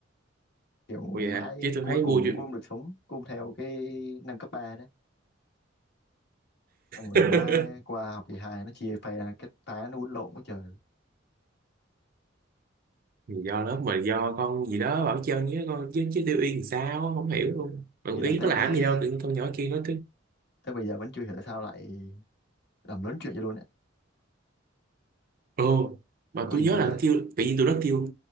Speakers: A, on the left; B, on the right.
A: kiểu
B: vui dạ
A: mãi
B: chứ tôi
A: cuối
B: thấy
A: cùng
B: vui chứ
A: cũng không được sống cũng theo cái năm cấp 3 xong rồi
B: <laughs>
A: má qua học kỳ hai nó chia phe ra, cái phái nó quýnh lộn quá trời
B: do lớp mình do con gì đó bảo chân với con chứ chứ tiêu yên thì sao á, không hiểu luôn bạn
A: ý là
B: ý
A: tới
B: có làm
A: bây
B: gì đâu tự nhiên con nhỏ kia nó
A: tới bây giờ vẫn chưa hiểu tại sao lại làm lớn chuyện vậy luôn á
B: ừ mà
A: có
B: tôi
A: gì
B: nhớ
A: đâu
B: là
A: ta
B: kêu tự nhiên tôi rất kêu